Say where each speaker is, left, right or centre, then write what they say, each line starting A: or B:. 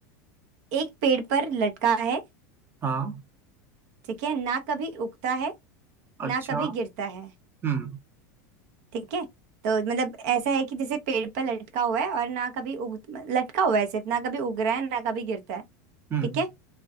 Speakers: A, on the right (about 60°); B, on the right (about 25°).
A: एक पेड़ पर लटका है
B: हाँ
A: ठीक है ना कभी उगता है ना
B: अच्छा
A: कभी गिरता है
B: हम्म
A: ठीक है तो मतलब ऐसा है कि जैसे पेड़ पर लटका हुआ है और ना कभी उग लटका हुआ है सिर्फ ना कभी उग रहा है ना कभी गिरता है
B: हम्म
A: ठीक है